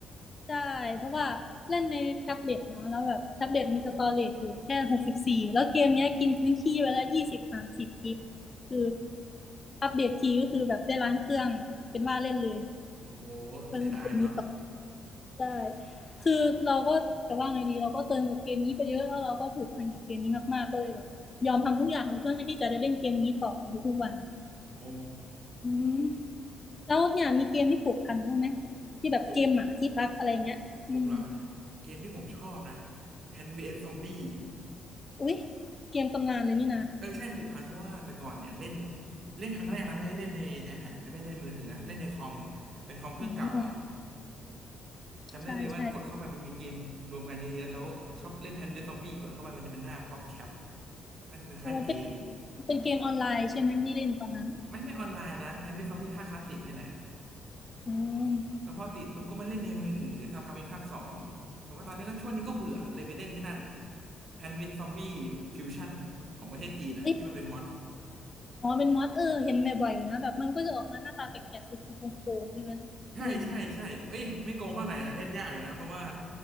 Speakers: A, on the left; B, on the right.
A: ใช่เพราะว่าเล่นในแท็บเล็ตเนาะแล้วแบบแท็บเล็ตมีสตอเรจอยู่แค่หกสิบสี่แล้วเกมเนี้ยกินพื้นที่ไปแล้วยี่สิบสามสิบกิกคืออัปเดตทีก็คือแบบได้ล้างเครื่องเป็นว่าเล่นเลย
B: โอ้โห
A: ก็เล่นเกมนี้ต่อ
B: เสียดายเนาะ
A: ใช่คือเราก็จะว่าไงดีเราก็เติมกับเกมนี้ไปเยอะแล้วเราก็ผูกพันกับเกมนี้มากๆก็เลยแบบยอมทำทุกอย่างเลยเพื่อให้ที่จะได้เล่นเกมนี้ต่อทุกๆวัน
B: โอ้
A: อืมแล้วเนี่ยมีเกมที่ผูกพันบ้างไหมที่แบบเกมหมาที่รักอะไรเงี้ยอืม
B: ผมผมเหรอเกมที่ผมชอบนะแฮนด์อสซอมบี้
A: อุ๊ยเกมตำนานเลยนี่นะ
B: เออใช่ผูกพันเพราะว่าแต่ก่อนเนี่ยเล่นเล่นครั้งแรกนะไม่ได้เล่นใน iPad ไม่ได้เล่นในมือถือนะเล่นในคอมเป็นคอมเครื่องเก่าอะ
A: อ๋อ
B: จำได้เลยว่ากดเข้าไปมันจะมีเกมรวมกันเยอะๆแล้วชอบเล่นแฮนด์อสซอมบี้กดเข้าไปมันจะเป็นหน้าป๊อปแคป
A: ใช่ใช่
B: น่าจะเป็นค่ายเกม
A: โอ้เป็นเป็นเกมออนไลน์ใช่ไหมที่เล่นตอนนั้น
B: ไม่ไม่ออนไลน์นะแฮนด์อสซอมบี้ภาคคลาสสิกเนี่ยแหละ
A: อืม
B: แล้วพอติดปุ๊บก็มาเล่นในมือถือสักพักมีภาคสองแต่ว่าตอนนี้ก็ช่วงนี้ก็เบื่อเลยไปเล่นไอ้นั่นแพนเวสซอมบี้ฟิวชั่นของประเทศจีนนะที่มันเป็นมอด
A: เอ้ยอ๋อเป็นมอสเออเห็นบ่อยๆอยู่นะแบบมันก็จะออกมาหน้าตาแปลกๆสกิลโกงๆใช่ไหม
B: ใช่ใช่ใช่เอ้ยไม่โกงเท่าไหร่นะเล่นยากอยู่นะเพราะว่า
A: เห็น